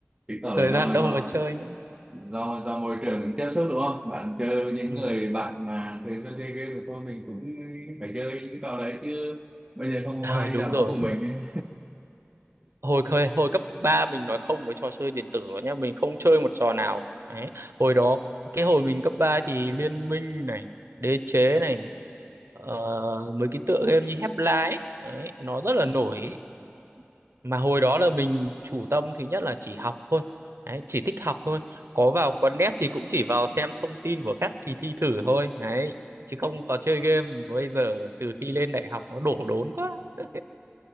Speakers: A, on the right (about 20°); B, on the right (about 75°).
A: Chứng tỏ là
B: thời
A: do
B: gian đâu
A: do
B: mà chơi nữa
A: do do môi trường mình tiếp xúc đúng không? Bạn chơi với những
B: ừ.
A: người
B: <laughs>
A: bạn mà thường xuyên chơi game thì thôi mình cũng phải chơi những cái trò đấy chứ bây giờ không
B: Ờ,
A: có ai
B: đúng
A: đi đá bóng
B: rồi
A: cùng mình.
B: hồi khơi hồi cấp 3 mình nói không với trò chơi điện tử rồi nhá mình không chơi một trò nào đấy hồi đó cái hồi mình cấp 3 thì Liên Minh này Đế Chế này Ờ, mấy cái tựa game như Hepla ấy đấy, nó rất là nổi ấy. Mà hồi đó là mình chủ tâm thứ nhất là chỉ học thôi đấy, chỉ thích học thôi có vào quán net thì cũng chỉ vào xem thông tin của các kỳ thi thử thôi đấy chứ không có chơi game bây giờ từ khi lên đại học nó đổ đốn quá <laughs>